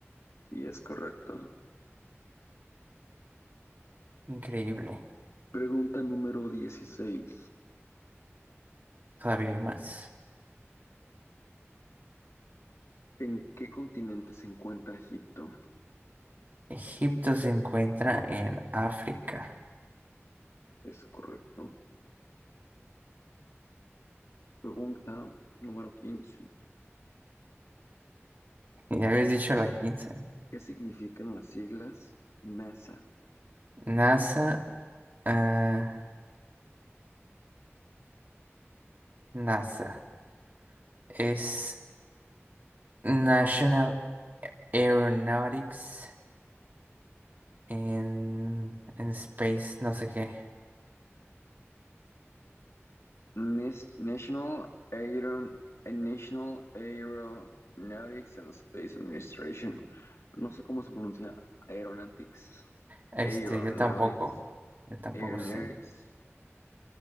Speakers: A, on the left (about 70°); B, on the right (about 40°).
A: Y es correcto.
B: Increíble.
A: Pregunta número dieciséis.
B: Todavía hay más.
A: ¿En qué continente se encuentra Egipto?
B: Egipto se encuentra en África.
A: Es correcto. Pregunta número 15.
B: Ya habías dicho la quince
A: ¿Qué significan las siglas NASA?
B: NASA, ah, NASA. Es National Aeronautics en, en Space, no sé qué.
A: Nas- National Aeron National Aeronautics and Space Administration. No sé cómo se pronuncia Aeronautics.
B: Este,
A: Aeronautics.
B: yo tampoco. Yo tampoco
A: Aeronautics.
B: sé.